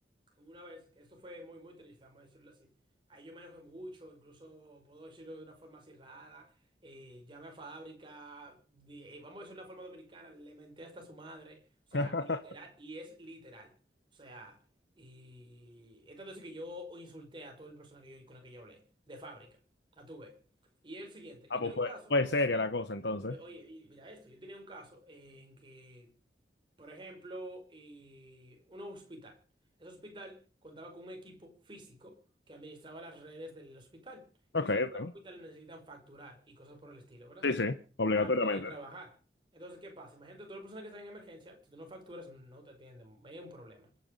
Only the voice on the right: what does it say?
una vez, que esto fue muy, muy triste, vamos a decirlo así. Ahí yo me enojé mucho, incluso puedo decirlo de una forma así rara. eh, llamé a fábrica, di- eh, vamos a decirlo de una forma dominicana, le menté hasta a su madre. O sea,
literal, y es literal. O sea, y es tanto así que yo insulté a todo el personal que yo, con la que yo hablé, de fábrica. A tu vez. Y es el siguiente,
yo
tengo
un caso.
Yo- Oye, oye, mira esto, yo tenía un caso en que, por ejemplo, eh, un hospital. Ese hospital contaba con un equipo físico que administraba las redes del hospital. Entonces,
hay que
los hospitales necesitan facturar y cosas por el estilo, ¿verdad?
Para poder trabajar. Entonces, ¿qué pasa? Imagínate, todas las personas que están en emergencia, si tú no facturas, no te atienden, es un problema.